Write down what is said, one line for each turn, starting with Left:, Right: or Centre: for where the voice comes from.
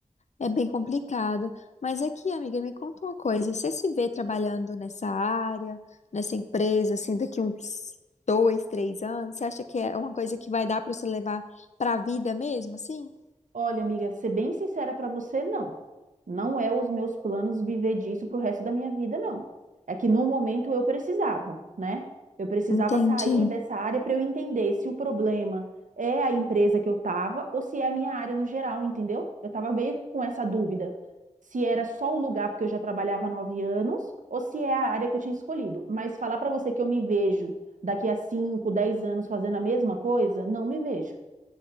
Left: é bem complicado. Mas aqui, amiga, me conta uma coisa, você se vê trabalhando nessa área, nessa empresa, assim, daqui uns dois, três anos? Você acha que é uma coisa que vai dar para você levar para a vida mesmo, assim?
Right: Olha, amiga, ser bem sincera pra você, não. Não é os meus planos viver disso pro resto da minha vida, não. É que no momento eu precisava, né? Eu precisava
Left: Entendi.
Right: sair dessa área para eu entender se o problema é a empresa que eu tava ou se é a minha área no geral, entendeu? Eu tava meio que com essa dúvida. Se era só o lugar porque eu já trabalhava há nove anos ou se é a área que eu tinha escolhido. Mas falar pra você que eu me vejo daqui a cinco, dez anos fazendo a mesma coisa, não me vejo.